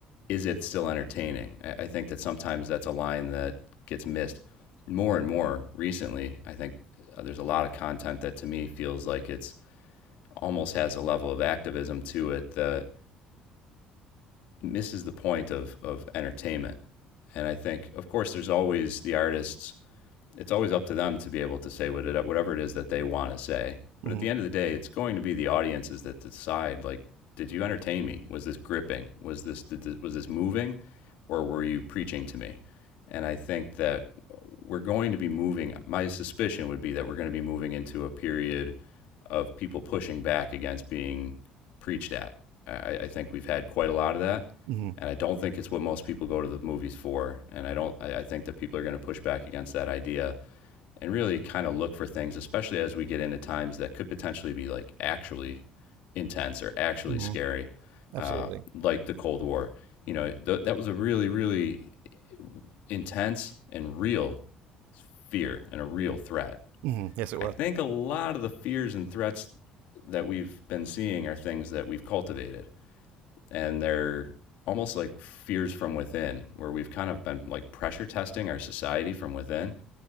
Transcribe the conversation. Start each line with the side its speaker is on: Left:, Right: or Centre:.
Left: is it still entertaining? I, think that sometimes that's a line that gets missed more and more recently. I think uh, there's a lot of content that to me feels like it's almost has a level of activism to it that misses the point of of entertainment. And I think, of course, there's always the artists. It's always up to them to be able to say what it, whatever it is that they want to say. But
Right: Mm-hmm.
Left: at the end of the day, it's going to be the audiences that decide. Like, did you entertain me? Was this gripping? Was this did, was this moving, or were you preaching to me? And I think that we're going to be moving. My suspicion would be that we're going to be moving into a period of people pushing back against being preached at. I, I think we've had quite a lot of that,
Right: Mm-hmm.
Left: and I don't think it's what most people go to the movies for. And I don't. I, I think that people are going to push back against that idea, and really kind of look for things, especially as we get into times that could potentially be like actually intense or actually
Right: Mm-hmm.
Left: scary,
Right: Absolutely.
Left: uh, like the Cold War. You know, th- that was a really, really intense and real fear and a real threat.
Right: hmm Yes, it
Left: I
Right: was.
Left: think a lot of the fears and threats that we've been seeing are things that we've cultivated, and they're almost like fears from within, where we've kind of been like pressure testing our society from within.